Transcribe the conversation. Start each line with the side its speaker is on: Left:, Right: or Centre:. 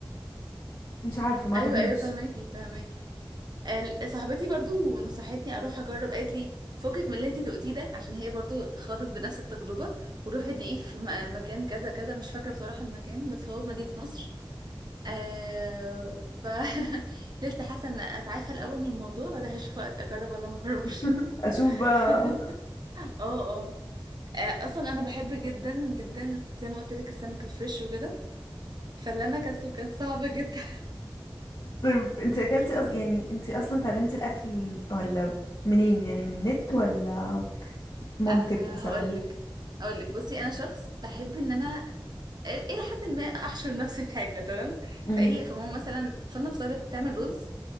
Left: مش عارفة ما
Right: أيوة
Left: عجبنيش
Right: أيوة فهماكي فهماكي آه صاحبتي برضو نصحتني أروح أجرب قالت لي فكك من اللي انتي دقتيه ده عشان هي برضو خاضت بنفس التجربة وروحي دقيه في م- مكان كذا كذا مش فاكرة بصراحة المكان بس هو في مدينة نصر آه ف <laughs> لسه حاسه ان اتعافى الاول من الموضوع بعدها هشوف اجرب ولا ما اجربش
Left: <laughs> اشوف بقى
Right: <laughs> اه اه آه، اصلا انا بحب جدا جدا زي ما قلت لك السمك الفريش وكده فاللي انا اكلته كان صعب جدا
Left: طيب انت اكلتي أص... يعني انت اصلا اتعلمتي الاكل ولا منين يعني من النت ولا
Right: <laughs>
Left: مامتك
Right: أه هقول
Left: مثلا
Right: لك هقول لك بصي انا شخص بحب ان انا الى حد ما احشر نفسي في حاجه تمام
Left: امم
Right: فايه فماما مثلا فلنفترض بتعمل رز